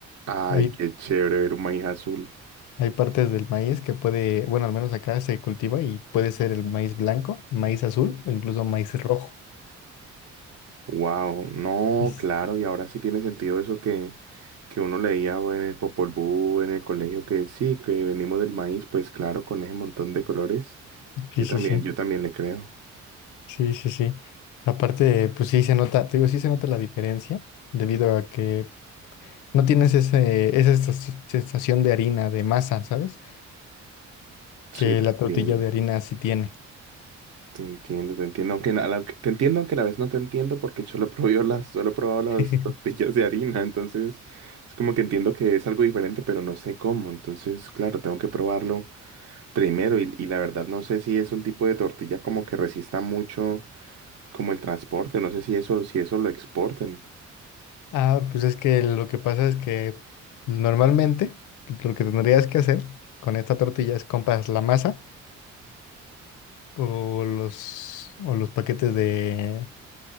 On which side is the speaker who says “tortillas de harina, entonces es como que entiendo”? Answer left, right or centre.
Right